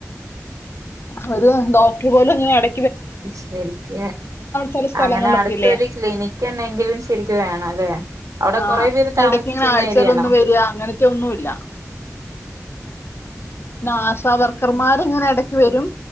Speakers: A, on the left (about 50°); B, on the right (about 85°).
A: അവ ഡോക്ടർ പോലും ഇങ്ങനെട
B: ശരിക്ക
A: ചില സ്ഥലങ്ങളിലൊക്കെ
B: അങ്ങനെ അടുത്തൊരു
A: ഇല്ലേ
B: ക്ലിനിക്ക് ഉണ്ടെങ്കിലും ശരിക്ക വേണം അല്ലേ അവിടെ
A: ആ
B: കൊറെ പേര് താമസിക്കുന്ന
A: ഇടക്ക ഇങ്ങനെ ആഴ്ചാല
B: ഏരിയാണോ
A: ഒന്നും വരിക അങ്ങനത്തെ ഒന്നുംല്ല നാസാവർക്കർമാർങ്ങനെ ഇടക്ക് വരും